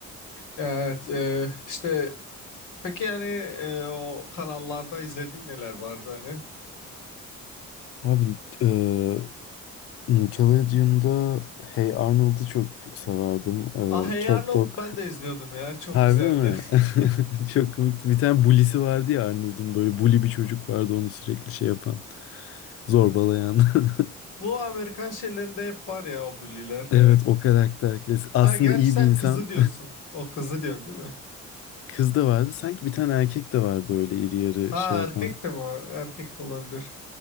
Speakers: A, on the left (about 85°); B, on the left (about 50°).
A: Evet e, işte Peki yani e, o kanallarda izlediğin neler vardı hani?
B: Abi eee Nickelodeon'da Hey Arnold'u çok severdim. Eee
A: Ah Hey
B: Cat
A: Arnold
B: Dog.
A: ben de izliyordum ya. Çok
B: Harbi
A: güzeldi.
B: mi?
A: <laughs>
B: <laughs> Çok komikti. Bir tane bully'si vardı ya Arnold'un böyle bully bir çocuk vardı onu sürekli şey yapan, zorbalayan. <laughs>
A: Bu Amerikan şeylerinde hep var ya o bully'ler.
B: Evet
A: Evet.
B: o karakter klasik. Aslında
A: Ha gerçi
B: iyi
A: sen
B: bir insan
A: kızı diyorsun. O kızı diyorsun değil mi?
B: <laughs> kız da vardı. Sanki bir tane erkek de vardı öyle iri yarı
A: Ha
B: şey yapan.
A: erkek de mi var? Erkek de olabilir.